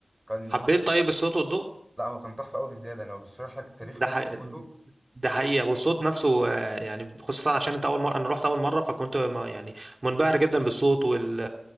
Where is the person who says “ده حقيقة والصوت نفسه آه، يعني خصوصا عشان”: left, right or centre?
Right